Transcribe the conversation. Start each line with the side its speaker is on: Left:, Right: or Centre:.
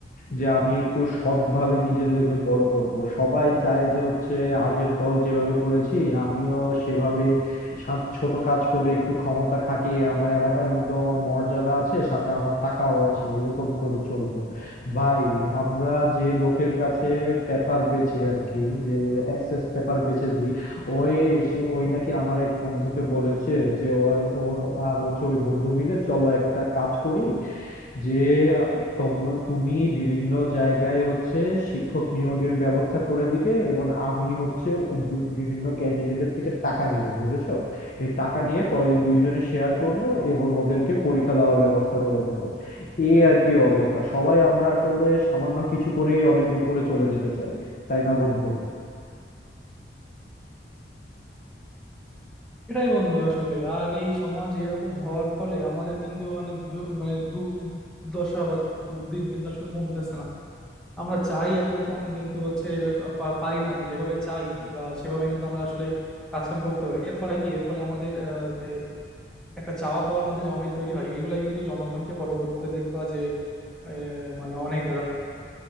Left: যে আমি একটু সৎভাবে নিজেদেরকে বড় করব সবাই চায় যে হচ্ছে আগের দল যেভাবে করেছি আমিও সেভাবে সব ছোট কাজ করে একটু ক্ষমতা খাটিয়ে আমার এলাকার মধ্যে আমার মর্যাদা আছে সাথে আমার টাকাও আছে এরকম করে চলবো ভাই আমরা যে লোকের কাছে পেপার বেচি আর কি যে এক্সেস পেপার বেচে দিই ওই সে ওই নাকি আমার এক বন্ধুকে বলেছে যে ও- ওর আর হচ্ছে ওই বন্ধু মিলে চলো একটা কাজ করি যে আহ, তোম- তুমি বিভিন্ন জায়গায় হচ্ছে শিক্ষক নিয়োগের ব্যবস্থা করে দিবে এবং আমি হচ্ছে বি- বিভিন্ন ক্যান্ডিডেটের থেকে টাকা নেব বুঝেছো এই টাকা নিয়ে পরে দুইজনে শেয়ার করব এবং ওদেরকে পরীক্ষা দেওয়ার ব্যবস্থা করে দেবো এই আর কি অবস্থা সবাই আমরা আসলে সামান্য কিছু করেই অনেক উপরে চলে যেতে চাই তাই না বন্ধু
Centre: সেটাই বন্ধু আসলে আর এই সমাজ এরকম হওয়ার ফলে আমাদের কিন্তু মানে দু- মানে দুর্দশা বা দুর্দিন কিন্তু আসলে কমতেছে না আমরা চাই একরকম কিন্তু হচ্ছে পা- পারি না আর কি যেভাবে চাই বা সেভাবে কিন্তু আমরা আসলে কাজকাম করতে পারি এর ফলে কি এর ফলে আমাদের আহ, যে একটা চাওয়া পাওয়ার মধ্যে যে অমিল তৈরি হয় এইগুলাই কিন্তু জনগণকে পরবর্তীতে দেখবা যে আহ, মানে অনেক